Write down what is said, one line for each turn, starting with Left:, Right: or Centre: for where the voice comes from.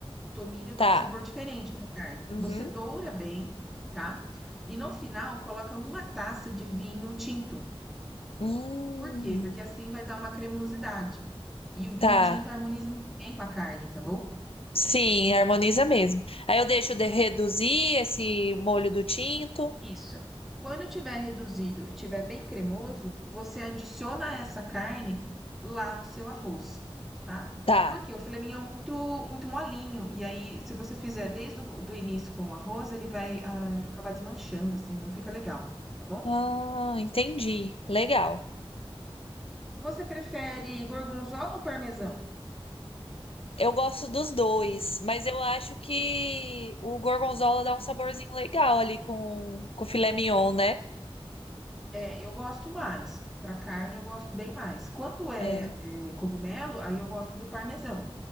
Centre: Tomilho
Left: Tá.
Centre: dá um sabor diferente para a carne.
Left: Uhum.
Centre: Você doura bem, tá? E no final coloca uma taça de vinho tinto.
Left: Hum,
Centre: Por quê? Porque assim vai dar uma cremosidade. E o vinho
Left: tá.
Centre: tinto harmoniza muito bem com a carne, tá bom?
Left: Sim, harmoniza mesmo. Aí eu deixo de reduzir esse molho do tinto.
Centre: Isso. Quando tiver reduzido e tiver bem cremoso, você adiciona essa carne lá no seu arroz, tá?
Left: Tá.
Centre: Porque o filé mignon é muito, muito molinho. E aí, se você fizer desde o do início com o arroz, ele vai ah, acabar desmanchando, assim, não fica legal, tá bom?
Left: Ah, entendi. Legal.
Centre: Você prefere gorgonzola ou parmesão?
Left: Eu gosto dos dois, mas eu acho que o gorgonzola dá um saborzinho legal ali com, com o filé mignon, né?
Centre: É, eu gosto mais. Para carne, eu gosto bem mais. Quando é,
Left: É.
Centre: é, cogumelo, aí eu gosto do parmesão,